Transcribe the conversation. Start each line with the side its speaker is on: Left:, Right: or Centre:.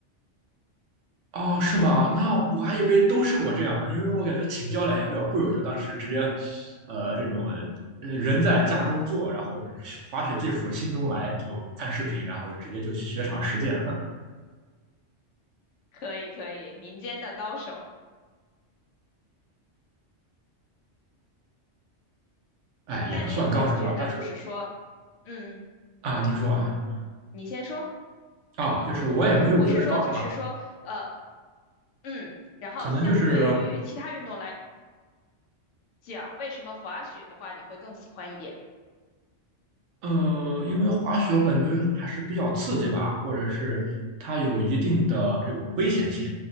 Right: 哦，是吗？那我还以为都是我这样的，因为我感觉请教练也比较贵，我就当时直接，呃，这种呃人在家中坐，然后滑雪技术心中来，就看视频，然后直接就雪场实践。<laughs>
Left: 可以，可以，民间的高手。
Right: 哎，
Left: 那你有没有觉得就是说，
Right: 也不算高手吧，但是
Left: 嗯，
Right: 啊，您说啊，
Left: 你先说，
Right: 啊，就是我也没有觉得高手吧，
Left: 啊，我是说就是说，呃，嗯，然后相对于其他运动来。
Right: 可能就是
Left: 讲为什么滑雪的话你会更喜欢一点。
Right: 呃，因为滑雪我感觉还是比较刺激吧，或者是它有一定的这种危险性